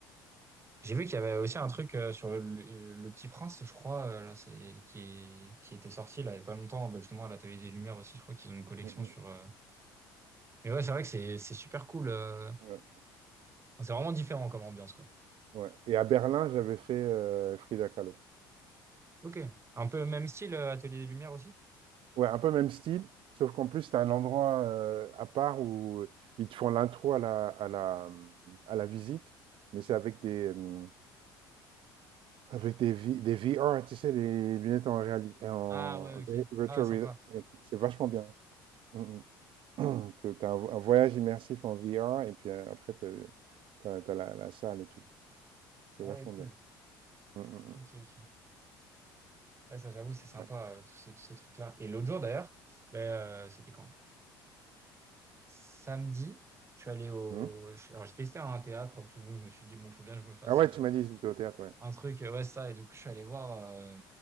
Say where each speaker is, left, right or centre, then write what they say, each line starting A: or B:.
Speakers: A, on the right; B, on the right.
A: J'ai vu qu'il y avait aussi un truc euh, sur le, le- Petit Prince, je crois, euh, là, c'est, qui, qui était sorti là, il y a pas longtemps, bah, justement à la télé des Lumières aussi, je crois qu'ils ont une collection
B: Mm, mm.
A: sur. euh, Mais ouais, c'est vrai que c'est c'est super cool. euh,
B: Ouais,
A: Enfin, C'est vraiment différent comme ambiance, quoi.
B: ouais. Et à Berlin, j'avais fait euh, Frida Kahlo.
A: Ok. Un peu même style, euh, Atelier des Lumières aussi?
B: Ouais, un peu même style, sauf qu'en plus, tu un endroit euh, à part où euh, ils te font l'intro à la, à la, à la visite, mais c'est avec des, euh, avec des, V- des VR, tu sais, les lunettes en réalité, en
A: Ah ouais, ok.
B: virtual
A: Ah, sympa.
B: reality. C'est vachement bien. Mm, mm. <clears throat> Que tu un, vo- un voyage immersif en VR, et puis euh, après, t'as as, la, la salle et tout. C'est
A: Ah
B: vachement
A: ouais, cool.
B: bien. Mm, mm, mm.
A: Ok, ok. Ouais, ça, j'avoue, c'est sympa,
B: Ouais.
A: euh, tous ces, tous ces trucs-là. Et l'autre jour, d'ailleurs, bah, euh, c'était quand? Samedi, je suis allé au.
B: Mhm.
A: je- Alors, j'ai testé un théâtre, parce que bon, je me suis dit, bon, faut bien que je me fasse.
B: Ah ouais, tu m'as dit que j'étais au théâtre, ouais.
A: Un truc, euh, ouais, ça. Et du coup, je suis allé voir, euh,